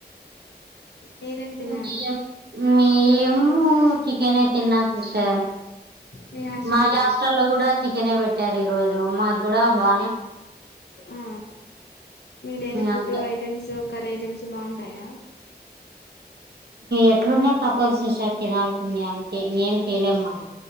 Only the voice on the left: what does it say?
మీరేం తిన్నారు
మీ హాస్టల్
లో
బాగుందా
ఆ మీడైలి ఫుడ్
ఐటెమ్స్ కర్రీ ఐటమ్స్ బాగుంటాయా